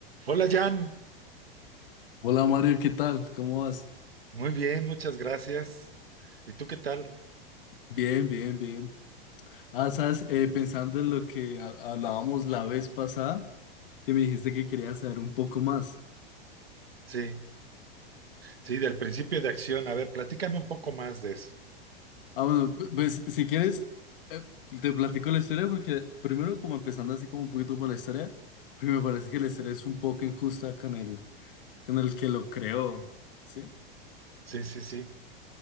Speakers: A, on the right; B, on the left.
A: Hola Jan,
B: Hola Mario, ¿qué tal? ¿Cómo vas?
A: muy bien, muchas gracias. ¿Y tú qué tal?
B: Bien, bien, bien. Ah, sabes, Eh, pensando en lo que ha- hablábamos la vez pasada, que me dijiste que querías saber un poco más.
A: Sí, sí, del principio de acción. A ver, platícame un poco más de eso.
B: Ah, bueno, p- pues si quieres, eh, te platico la historia porque primero como empezando así como un poquito por la historia, porque me parece que la historia es un poco injusta con el, con el que lo creó, ¿sí?
A: Sí, sí, sí,